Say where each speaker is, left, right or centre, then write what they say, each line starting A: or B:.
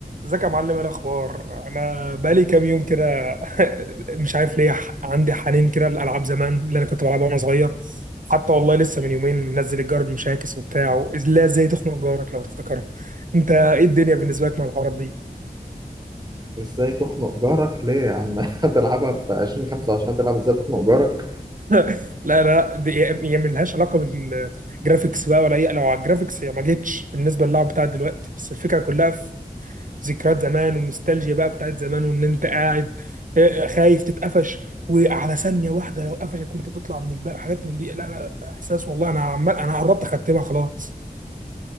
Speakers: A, on the right; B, on the right.
A: ازيك يا معلم ايه الاخبار انا بقالي كام يوم كده <laughs> مش عارف ليه ح- عندي حنين كده للالعاب زمان اللي انا كنت بلعبها وانا صغير حتى والله لسه من يومين منزل الجار بمشاكس وبتاع لا ازاي تخنق جارك لو تفتكرها انت ايه الدنيا بالنسبه لك مع الحوارات دي
B: ازاي تخنق جارك ليه يا عم <laughs> هتلعبها في 2025 هتلعب ازاي تخنق جارك
A: <laughs> لا لا دي هي ملهاش علاقه بالجرافيكس بقى ولا اي لو على الجرافيكس هي ما جتش بالنسبه للعب بتاع دلوقتي بس الفكره كلها ذكريات زمان والنوستالجيا بقى بتاعت زمان وان انت قاعد آه، خايف تتقفش وعلى ثانيه واحده لو قفشك وانت بتطلع من الجبال حاجات من دي لا لا لا، احساس والله انا عمال انا قربت اختمها خلاص